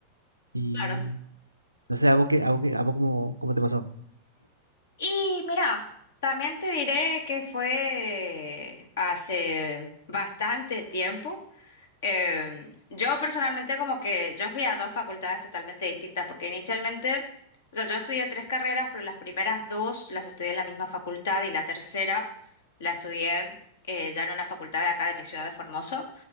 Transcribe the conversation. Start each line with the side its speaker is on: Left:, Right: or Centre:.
Right: Y
Left: claro.
Right: no sé, ¿a vos qué, a vos qué- a vos cómo, cómo te pasó?
Left: Y mira, también te diré que fue hace bastante tiempo. Em, yo personalmente como que yo fui a dos facultades totalmente distintas, porque inicialmente, o sea, yo estudié tres carreras, pero las primeras dos las estudié en la misma facultad y la tercera la estudié eh, ya en una facultad de acá de mi ciudad de Formoso.